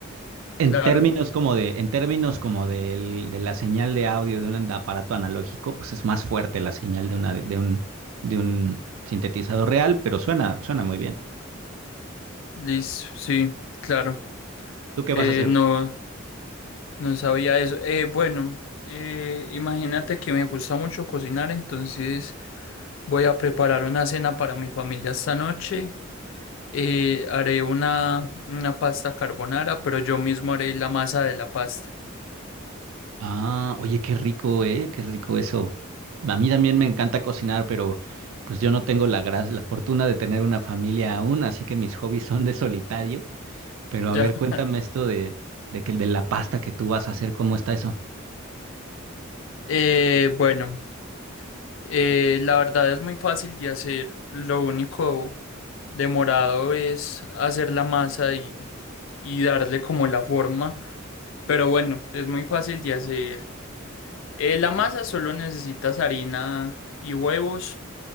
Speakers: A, on the right (about 80°); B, on the left (about 65°).
A: En
B: claro.
A: términos como de, en términos como del- de la señal de audio de un aparato analógico, pues es más fuerte la señal de una, de un, de un sintetizador real, pero suena, suena muy bien.
B: Listo, sí, claro.
A: ¿Tú qué vas
B: Eh,
A: a hacer
B: no,
A: hoy?
B: no sabía eso. Eh, bueno, eh, imagínate que me gusta mucho cocinar, entonces... Voy a preparar una cena para mi familia esta noche. Eh, haré una, una pasta carbonara, pero yo mismo haré la masa de la pasta.
A: Ah, oye, qué rico, ¿eh? Qué rico eso. A mí también me encanta cocinar, pero pues yo no tengo la gra- la fortuna de tener una familia aún, así que mis hobbies son de solitario. Pero a
B: Ya.
A: ver, cuéntame
B: <laughs>
A: esto de, de que de la pasta que tú vas a hacer, ¿cómo está eso?
B: Eh, bueno, eh, la verdad es muy fácil de hacer. Lo único demorado es hacer la masa y, y darle como la forma. Pero bueno, es muy fácil de hacer. Eh, la masa solo necesitas harina y huevos.